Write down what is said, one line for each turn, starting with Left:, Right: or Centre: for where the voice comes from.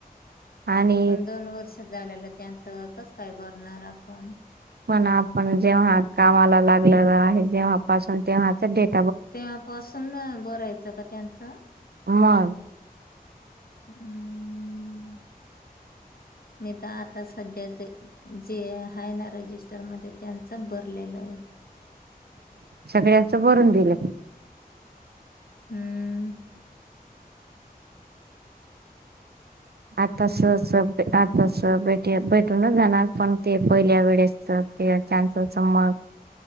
Right: आणि
Left: पण दोन वर्ष झाल्यालं त्यांचं कसं काय भरणार आपण?
Right: पण आपण जेव्हा कामाला लागलेला आहे जेव्हा पासून तेव्हाच डेट
Left: तेव्हा पासून भरायचं का त्यांचं?
Right: मंग
Left: हम् मी तर आता सध्या जे जे आहे ना रजिस्टरमधे, त्यांचं भरलेलं आहे. <inaudible>
Right: सगळ्यांच भरून दिलंय.
Left: हम्म
Right: आता असं असं आता असं भेट भेटूनच जाणार, पण ते पहिल्या वेळेस तर चानसच म